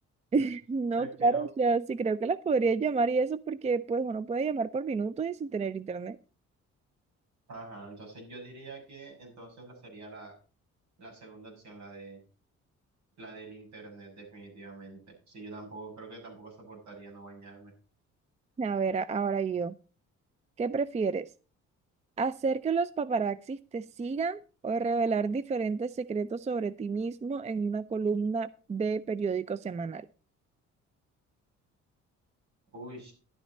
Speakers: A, on the right; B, on the right.
A: <laughs> no,
B: Prefiero,
A: claro, o sea, sí creo que las podría llamar y eso porque pues uno puede llamar por minutos y sin tener internet.
B: ajá, entonces yo diría que entonces la sería la, la segunda opción, la de La del internet, definitivamente. Sí, yo tampoco, creo que tampoco soportaría no bañarme.
A: A ver, a- ahora yo, ¿qué prefieres? ¿Hacer que los paparazzis te sigan o revelar diferentes secretos sobre ti mismo en una columna de periódico semanal?
B: Uy,